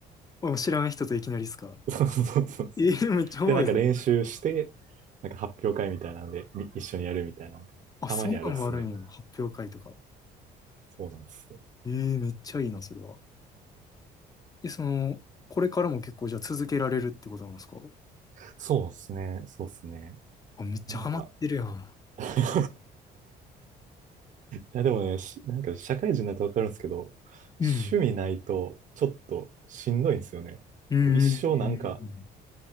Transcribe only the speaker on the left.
あ、知らん人といきなりっすか
ええめっちゃおもろいそれ。
あ、
そんなんもあるんやな。発表会とか。
ええめっちゃいいな、それは。え、その、これからも結構じゃあ続けられるってことなんですか
あ、めっちゃハマってるやん。
うん。
うんうんうんうん